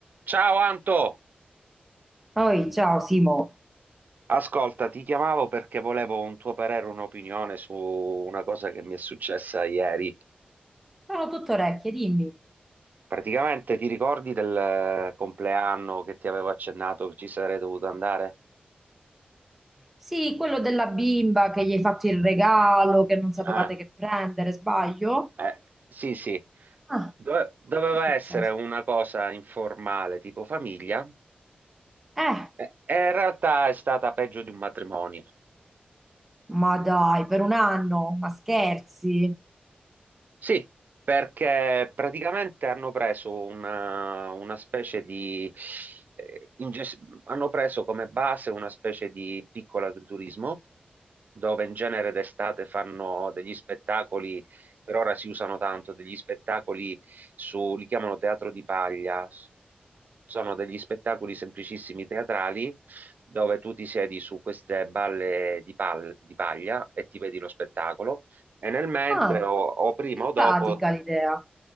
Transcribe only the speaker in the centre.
Poi, ciao Simo,
sono tutto orecchie, dimmi.
Sì, quello della bimba che gli hai fatto il regalo, che non sapevate
che prendere, sbaglio?
Ah,
Che è successo?
Eh,
ma dai, per un anno, ma scherzi?
ah,
Simpatica
l'idea.